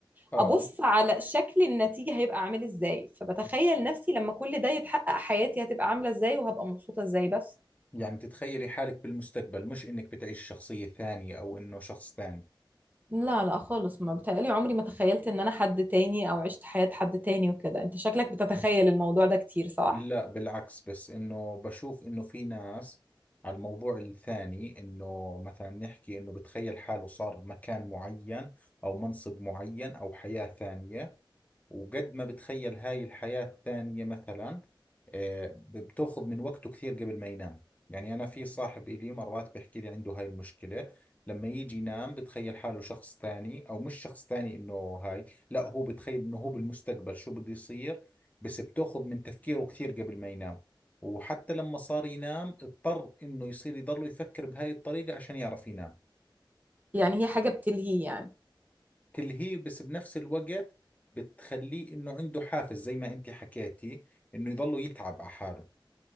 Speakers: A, on the left; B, on the right.
A: اه
B: ابص على شكل النتيجه هيبقى عامل ازاي فبتخيل نفسي لما كل ده يتحقق حياتي هتبقى عامله ازاي وهبقى مبسوطه ازاي بس
A: يعني تتخيلي حالك بالمستقبل مش انك بتعيش شخصية ثانية او انه شخص ثاني
B: لا لا خالص ما بتهيألي عمري ما تخيلت ان انا حد تاني او عشت حياة حد تاني وكده انت شكلك بتتخيل الموضوع ده كتير صح
A: لا بالعكس بس انه بشوف انه في ناس على الموضوع الثاني انه مثلا نحكي انه بتخيل حاله صار مكان معين او منصب معين او حياة ثانية وقد ما بتخيل هاي الحياة الثانية مثلا آه، بتاخذ من وقته كثير قبل ما ينام يعني أنا في صاحب إلي مرات بيحكي لي عنده هاي المشكلة لما يجي ينام بتخيل حاله شخص ثاني أو مش شخص ثاني إنه هاي لا هو بتخيل إنه هو بالمستقبل شو بده يصير بس بتاخذ من تفكيره كثير قبل ما ينام وحتى لما صار ينام اضطر إنه يصير يضله يفكر بهاي الطريقة عشان يعرف ينام
B: يعني هي حاجة بتلهي يعني
A: تلهيه بس بنفس الوقت بتخليه انه عنده حافز زي ما انت حكيتي انه يضله يتعب على حاله